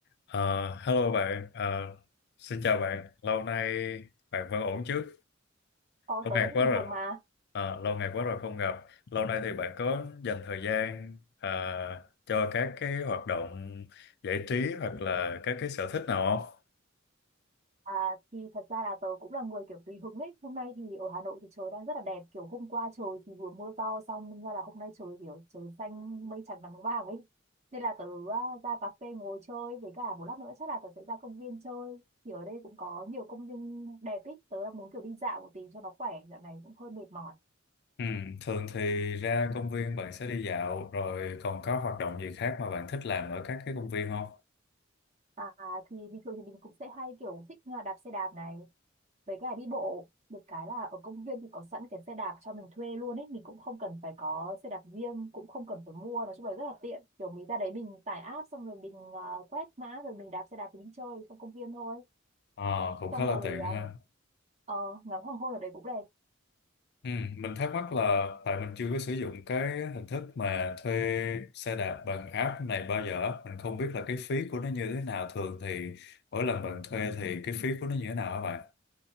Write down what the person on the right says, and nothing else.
Ờ,
tớ
vẫn
bình
thường mà.
À, thì thật ra là tớ cũng là người kiểu tùy hứng ấy. Hôm nay thì ở Hà Nội thì trời đang rất là đẹp. Kiểu hôm qua trời thì vừa mưa to xong nên ra là hôm nay trời kiểu trời xanh mây trắng nắng vàng ấy. Nên là tớ à, ra cà phê ngồi chơi với cả một lát nữa chắc là tớ sẽ ra công viên chơi. Thì ở đây cũng có nhiều công viên đẹp ấy. Tớ đang muốn kiểu đi dạo một tí cho nó khỏe. Dạo này cũng hơi mệt mỏi.
À, thì bình thường thì mình cũng sẽ hay kiểu thích à, đạp xe đạp này. với cả đi bộ được cái là ở công viên thì có sẵn cái xe đạp cho mình thuê luôn ấy mình cũng không cần phải có xe đạp riêng cũng không cần phải mua nói chung là rất là tiện kiểu mình ra đấy mình tải app xong rồi mình ờ, quét mã rồi mình đạp xe đạp mình đi chơi trong công viên thôi
xong
rồi
ờ,
ờ, ngắm hoàng hôn ở đấy cũng đẹp